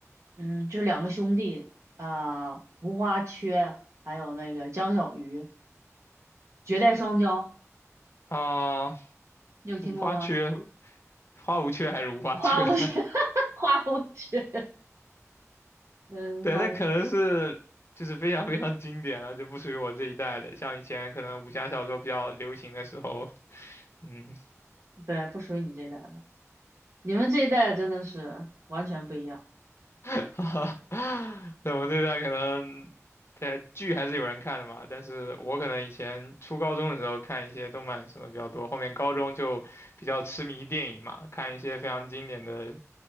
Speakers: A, on the right (about 60°); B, on the left (about 50°).
A: 嗯，就两个兄弟啊，无花缺，还有那个江小鱼，绝代双骄，
B: 啊、
A: 你有听过吗？
B: 无花缺，花无缺还是无花缺？
A: 花无缺，
B: <laughs>
A: <laughs> 花无缺，嗯，
B: 对，
A: 花无缺，
B: 那可能是就是非常非常经典了，就不属于我这一代的。像以前可能武侠小说比较流行的时候，嗯，
A: 对，不属于你这一代的，你们这一代真的是完全不一样。
B: <laughs> 哈哈，<laughs> 对，我这代可能对剧还是有人看的嘛，但是我可能以前初高中的时候看一些动漫什么比较多，后面高中就比较痴迷电影嘛，看一些非常经典的，